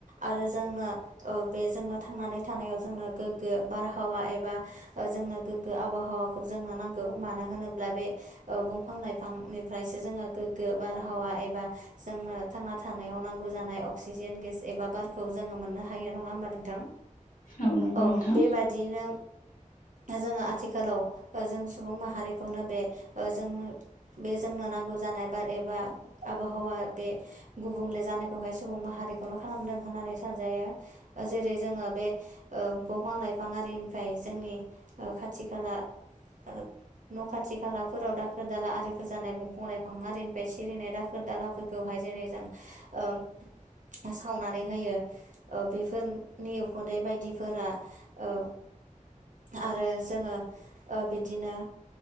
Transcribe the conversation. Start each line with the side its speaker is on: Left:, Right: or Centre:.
Right: आरो जोङो ओ बे जोंनो थांनानै थानायाव जोंनो गोग्गो बारहावा एबा ओ जोंनो गोगो आबहावाखौ जोंनो नांगौ मानो होनोब्ला बे ओ बंफां लाइफांनिफ्रायसो जोङो गोग्गो बारहावा एबा जोंनो थांना थानायाव नांगौ जानाय अक्सिजेन गेस एबा बारखौ जोङो मोननो हायो नङा होमबा नोंथां?
Left: औ। नंगौ
Right: औ
Left: नोंथां
Right: बेबादियैनो जोङो आथिखालाव जों सुबुं माहारिखौनो बे जों बे जोंनो नांगौ जानाय बाद एबा आबहावा बे गुबुंले जानायखौहाय सुबुं माहारिखौनो खालामदों होननानै सानजायो। जेरै जोङो बे ओ बंफां लाइफां आरिनिफ्राय जोंनि ओ खाथि खाला आरो न' खाथि खालाफोराव दाखोर दाला आरिफोर जानाय बंफां लाइफां आरिनिफ्राय सिरिनाय दा दालाफोरखौहाय जेरै जों ओ सावनानै होयो ओ बेफोरनि उखुन्दै बायदिफोरा ओ आरो जोङो ओ बिदिनो